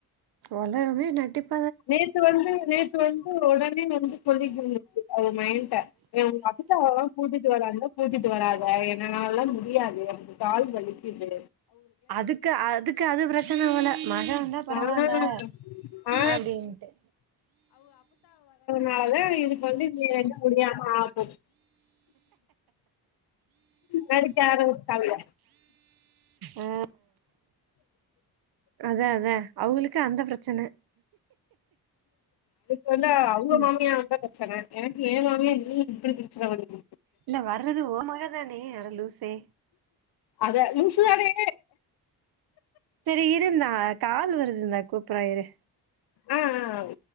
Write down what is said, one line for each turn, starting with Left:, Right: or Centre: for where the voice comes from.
Right: ஒலகமே நடிப்
Left: நேத்து வந்து நேத்து வந்து ஒடனே வந்து சொல்லி <unintelligible> அது மைண்ட இவங் வந்துட்டா பூஜைக்கு வராங்க பூஜை வராத என்னனாலா முடியாது கால் வலிக்கிது
Right: அதுக்கு அதுக்கு அது பிரச்சன போல மக சொன்னா பரவால்ல
Left: ஆனா ஆ
Right: அப்டின்ட்டு
Left: அதா இதுக் கு வந்து <unintelligible> முடியாம ஆகுது நடிக்க ஆரம்பிச்டாங்க
Right: ஆ அதா அதா அவுங்களுக்கு அந்த பிரச்சன
Left: அதுக்கு வந்து அவுங்க
Right: ம்
Left: மாமியா வந்தா பிரச்சன எனக்கு ஏ மாமியா இல் இப்டி பிரச்சன வருது
Right: இல்ல வர்றது ஓ மக தானே அட லூசே
Left: அத லூசுதானே
Right: செரி இருந்தா கால் வருதுந்தா கூப்புற இரு
Left: ஆஹ்